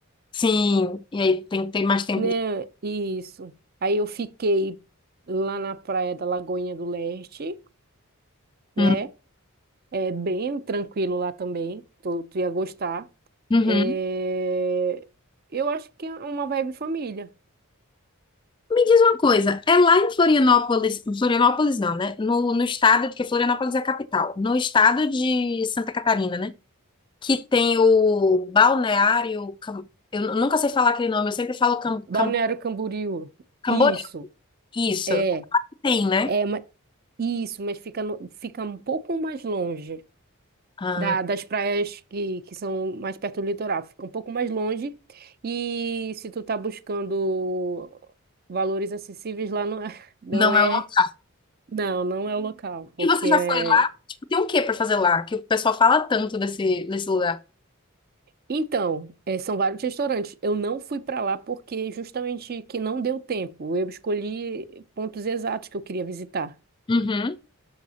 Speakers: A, on the left; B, on the right.
A: Sim, e aí tem que ter mais tempo
B: Né,
A: de.
B: isso. Aí eu fiquei lá na praia da Lagoinha do Leste, né?
A: Hum.
B: É bem tranquilo lá também. Tu, tu ia gostar.
A: Uhum.
B: É, Eu acho que é uma vibe família.
A: Me diz uma coisa, é lá em Florianópolis, Florianópolis não, né? No, no estado, porque Florianópolis é a capital, no estado de Santa Catarina, né? que tem o balneário. Cam- Eu nunca sei falar aquele nome, eu sempre falo cam,
B: Balneário
A: cam,
B: Camboriú.
A: Camboriú.
B: Isso.
A: Isso,
B: É.
A: tem, né?
B: É, ma- isso, mas fica, no- fica um pouco mais longe
A: Ah,
B: da- das praias que, que são mais perto do litoral. Fica um pouco mais longe. E se tu tá buscando valores acessíveis lá, não é, <laughs> não
A: não
B: é,
A: é o local.
B: não, não é o local, porque
A: E você
B: é
A: já foi lá? Tipo, tem o que pra fazer lá? Que o pessoal fala tanto desse, desse lugar.
B: Então, eh, são vários restaurantes. Eu não fui para lá porque justamente que não deu tempo. Eu escolhi pontos exatos que eu queria visitar.
A: Uhum,